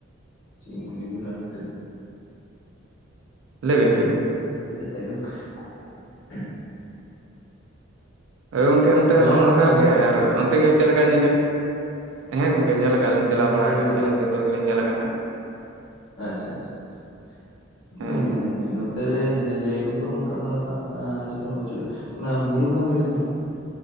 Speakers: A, on the left (about 70°); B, on the right (about 75°).
A: ᱪᱮᱫ ᱤᱧ ᱠᱩᱞᱤ ᱵᱤᱱᱟ ᱮᱱᱛᱮᱜᱼᱼ
B: ᱞᱟᱹᱭ ᱵᱤᱱ ᱞᱟᱹᱭ ᱵᱤᱱ?
A: ᱜ <unintelligible>
B: ᱦᱳᱭ ᱜᱚᱝᱠᱮ ᱚᱱᱛᱮ
A: ᱪᱟᱞᱟᱣ
B: ᱱᱚᱜᱼᱚ
A: ᱵᱟᱲᱟ
B: ᱱᱚᱝᱠᱟ
A: ᱠᱟᱱᱟ ᱵᱤᱱ ᱥᱮ
B: ᱜᱮ
A: ᱵᱟᱝ?
B: ᱟᱨ ᱚᱱᱛᱮ ᱜᱮ ᱪᱮᱫ ᱞᱮᱠᱟ ᱧᱮᱧᱮᱞᱼᱼ ᱦᱮᱸ ᱜᱚᱝᱠᱮ ᱧᱮᱞ ᱟᱠᱟᱫ ᱞᱤᱧ
A: ᱦᱮᱸ
B: ᱪᱟᱞᱟ
A: ᱧᱮᱧᱮᱞ
B: ᱵᱟᱲᱟ
A: ᱡᱟᱭᱜᱟ
B: ᱟᱠᱟᱱ
A: ᱠᱚᱫᱚ
B: ᱜᱮᱭᱟᱞᱤᱧ ᱡᱚᱛᱚ ᱜᱮᱞᱤᱧ ᱧᱮᱞ ᱜᱟᱜᱼᱟ᱾
A: ᱟᱪᱪᱷᱟ ᱟᱪᱪᱷᱟ ᱟᱪᱪᱷᱟ ᱦᱩᱸᱼᱼ
B: ᱦᱮᱸ
A: ᱚᱱᱛᱮ ᱨᱮ ᱧᱮᱧᱮᱞ ᱡᱟᱭᱜᱟ ᱠᱤᱱᱛᱩ ᱚᱱᱠᱟ ᱫᱚ ᱦ ᱪᱮᱫ ᱦᱚᱸ ᱵᱟᱹᱪᱩᱜᱼᱟ ᱚᱱᱟ ᱵᱩᱨᱩ ᱵᱚᱸᱜᱟ ᱵᱤᱱᱹ ᱧᱮᱞᱼᱼ